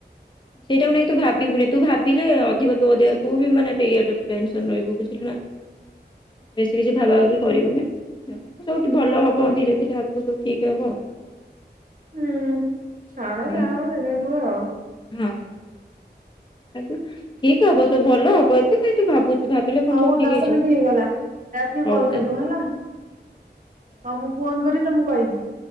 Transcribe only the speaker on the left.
ସେଇଟାକୁ ନେଇ ତୁ ଭାବିବୁନି। ତୁ ଭାବିଲେ ଅଧିକ ତୋଦେହ ତୁ ବି ମାନେ ଟେ ଇଏଟେ ଟେନ୍‌ସନ୍‌ ରହିବୁ ବୁଝିଲୁନା। ବେଶୀ କିଛି ଭାବାଭାବି କରିବୁନି। ଯ ସବୁଠୁ ଭଲହବ ଧୀରେ ଧୀରେ ଆଗୁକୁ ସବୁ ଠିକ୍‌ ହବ।
ହୁଁ
ହଁ। ଆଜ୍ଞା ଠିକ୍‌ହବ ସବୁ ଭଲହବ ଏତେ କାଇଁ ତୁ ଭାବୁ ତୁ ଭାବିଲେ କଣ
ସବୁ ଠିକ୍
ହେଇଯିବ
ହୋଉ
ତା